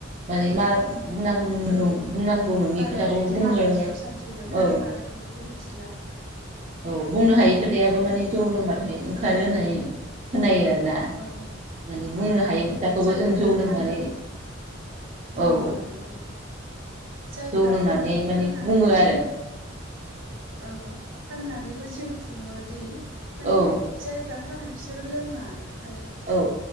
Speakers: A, on the right; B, on the right.
A: माले मा बुंनां
B: औ
A: बुंनांगौ नङि
B: मालायादि
A: खोथाखौबो बुङो
B: असान्थि मोनदोंना
A: औ
B: मादों बेखौ मिथिला।
A: औ बुंनो हायि खोथायाबो मानि जौ लोंबाथाय ओंखारो होननानै खोनायो
B: औ
A: आरो ना
B: औ
A: माने बुंनो
B: औ
A: हायि खोथाखौबो
B: जायफोरा
A: जों जौ लोंनानै
B: फानो बुङो
A: औ
B: आरो औ। जायफ्रा
A: जौ लोंनानै
B: फानो
A: माने
B: फाननानैबो
A: बुङो
B: जिउ
A: आरो
B: औ फाननानैबो जिउ जुङोदि माने
A: औ
B: जायफ्रा फानो बिसोरो लोङा। ओमफ्राय
A: औ